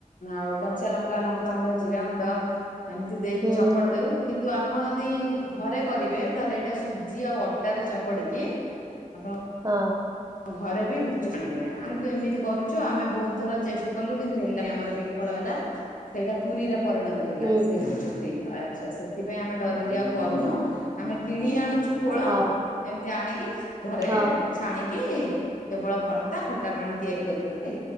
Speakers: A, on the left (about 75°); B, on the right (about 30°).
A: ଆଉ କଞ୍ଚା ଲଙ୍କା ଲଙ୍କାଗୁଣ୍ଡ ଜିରା ଗୁଣ୍ଡ ଏମିତି ଦେଇକି
B: ହୁଁ
A: ଚକଟ ଦଉ। କିନ୍ତୁ ଆପଣ ଯଦି ଘରେ କରିବେ ତାହେଲେ ଏଇଟା ସୁଜି ଆଉ ଅଟାରେ ଚକଡ଼ିକି ଆପଣ
B: ହଁ।
A: ଘରେ ବି ଗୁପଚୁପ କରିବେ। ଆ କିନ୍ତୁ ଏମିତି କରୁଛୁ ଆମେ ବହୁତ ଥର ଚେଷ୍ଟା କଲୁ କିନ୍ତୁ ହେଲେ ନି ଆମର ବିଫଳ ହେଲା। ସେଇଟା ପୁରୀରେ ପରିଣତ ହେଇଗଲା।
B: ହୁଁ
A: ସେ ଗୁପଚୁପ ଟୀ, ଆଚ୍ଛା ସେ ସେଥିପାଇଁ ଆମେ ଡରିକି ଆଉ କରୁନୁ ଆମେ କିଣି ଆଣୁଛୁ ଖୋଳ
B: ହଁ
A: ଏମିତି ଆଣିକି ଘରେ
B: ହଁ
A: ଛାଣି କି କେବଳ ଭର୍ତ୍ତା ଖଟା ପାଣି ତିଆରି କରିକି